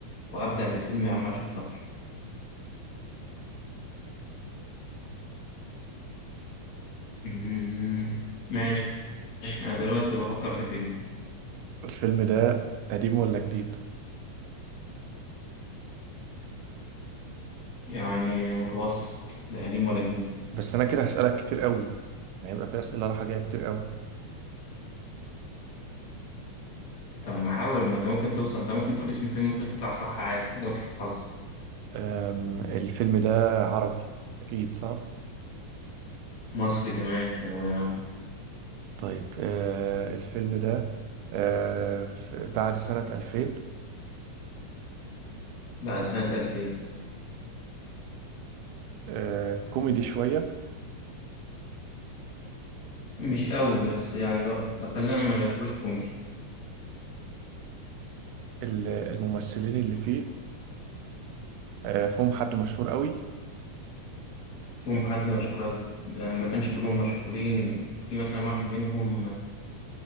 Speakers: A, on the left; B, on the right.
A: وهبدا بفيلم يا عم عشان خاطره أمم، ماشي انا دلوقتي بفكر في فيلم
B: الفيلم ده قديم ولا جديد
A: يعني متوسط لا قديم ولا جديد
B: بس أنا كده هسألك كتير قوي هيبقى في أسئلة رايحة جاية كتير قوي
A: طب ما حاول ما انت ممكن توصل انت ممكن تقول اسم الفيلم ممكن تطلع صح عادي جرب حظك
B: أم، الفيلم ده عربي أكيد صح
A: مصر كمان هو يا عم
B: طيب آه الفيلم ده آه ف- بعد سنة 2000
A: بعد سنة 2000
B: آه كوميدي شوية
A: مش قوي بس يعني لو لا، خلينا ما نعتبروش كوميدي
B: ال- الممثلين اللي فيه آه فيهم حد مشهور قوي
A: فيهم حد مشهور قوي ده ما كانش كلهم مشهورين في مثلا واحد منهم